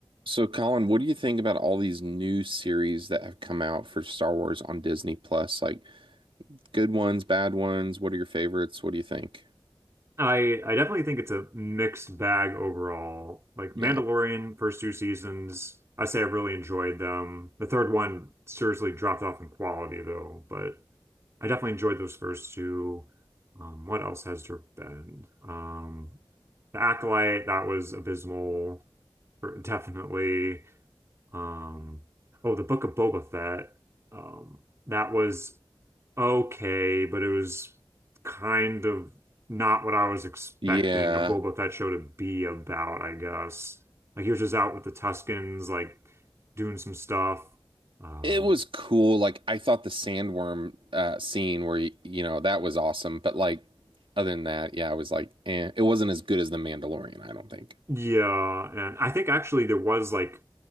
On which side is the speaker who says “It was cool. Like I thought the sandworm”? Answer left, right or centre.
Right